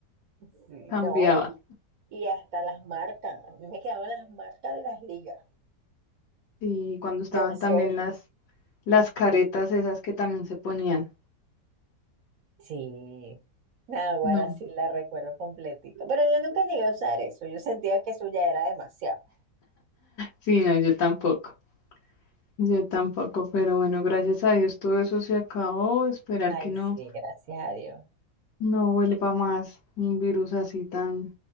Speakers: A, on the right (about 60°); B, on the left (about 85°).
A: Sí,
B: cambiaba.
A: No, y Y hasta las marcas. A mí me quedaban las marcas de las ligas,
B: Y cuando estaban
A: del
B: también
A: sol.
B: las, las caretas esas que también se ponían.
A: Sí. nada ahora
B: No.
A: sí la recuerdo completito. Pero yo nunca llegué a usar eso. Yo sentía que eso ya era demasiado.
B: Sí, no, yo tampoco. Yo tampoco, pero bueno, gracias a Dios todo eso se acabó. Esperar
A: Ay,
B: que no,
A: sí, gracias a Dios.
B: no vuelva más un virus así tan,